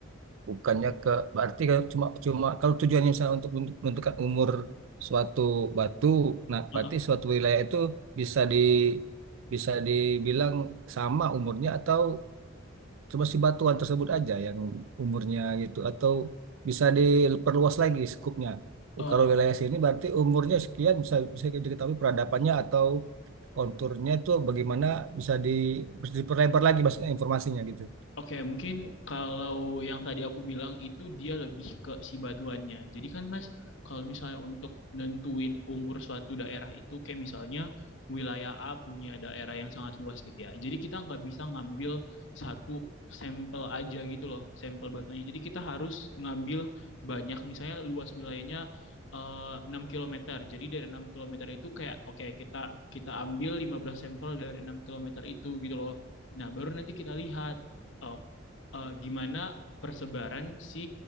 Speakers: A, on the right; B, on the left.
A: bukannya ke berarti kalau cuma cuma kalau tujuannya misalnya untuk untuk- menentukan umur suatu batu, nah
B: Heeh.
A: berarti suatu wilayah itu bisa di bisa dibilang sama umurnya atau cuma si batuan tersebut aja yang umurnya gitu atau bisa diperluas lagi skupnya.
B: Eh,
A: Oh, Kalau wilayah sini berarti umurnya sekian bisa bisa diketahui peradabannya atau konturnya itu bagaimana bisa di, diperlebar lagi maksudnya informasinya gitu.
B: Oke, mungkin kalau yang tadi aku bilang itu dia lebih ke si batuannya. Jadi kan Mas, kalau misalnya untuk nentuin umur suatu daerah itu kayak misalnya wilayah A punya daerah yang sangat luas gitu ya. Jadi kita nggak bisa ngambil satu sampel aja gitu loh, sampel batuannya. Jadi kita harus ngambil banyak, misalnya luas wilayahnya eh, 6 km. Jadi dari 6 kilometer itu kayak oke kita kita ambil 15 sampel dari 6 kilometer itu gitu loh. Nah, baru nanti kita lihat oh, eh, gimana persebaran si